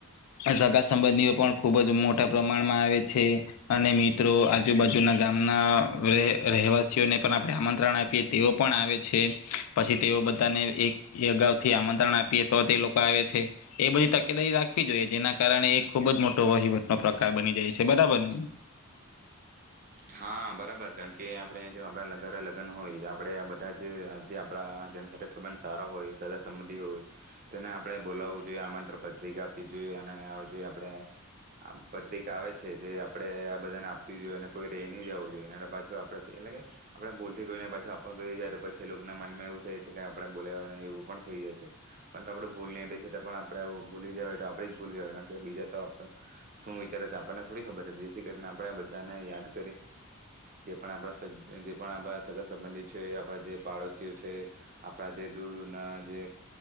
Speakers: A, on the left; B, on the right.
A: સગા સંબંધીઓ પણ ખુબ જ મોટા પ્રમાણમાં આવે છે. અને મિત્રો આજુબાજુના ગામના રહેવાસીઓને પણ આપણે આમંત્રણ આપીએ તેઓ પણ આવે છે. પછી તેઓ બધાને એક અગાઉ થી આમંત્રણ આપીએ તો તે લોકો આવે છે. એ બધી તકેદારી રાખવી જોઈએ, ‌ જેના કારણે એ ખુબ જ મોટો વહીવટનો પ્રકાર બની જાય છે બરાબર ને!
B: હા બરાબર કારણ કે આપણે જો આપણા ઘરે લગ્ન હોય તો આપણે બધા જ જે આપણા જેના સાથે સંબંધ સારા હોય સગા સંબંધિ હોય તેને આપણે બોલાવવું જોઈએ. આમંત્રણ પત્રિકા આપવી જોઈએ અને જે આપણે પત્રિકા આવે છે, જે આપણે આ બધાને આપવી જોઈએ ને કોઈ રેય‌ નહી જવું જોઈએ, પાછુ આપડાથી એટલે કે આપણે ભૂલથી ગઈ ને પાછું આપણુ રહી જાય તો પછી એ લોકોના મનમાં એવું થાય છે કે આપણે બોલાવ્યા ની‌ એવું પણ થઈ જાય છે, પણ તો આપડું ભૂલ નહી રે પણ આપણે ભૂલી જવાય તો આપ જ ભૂલ કવાય કારણ કે બીજા તો આપ શું વિચારે છે, આપણને થોડી ખબર હતી જેથી કરીને આપણે બધાને યાદ આપ જે આપ સગાસંબંધી છે, આપણા જે પાડોશીઓ છે, આપણા જે દૂર દૂર ના જે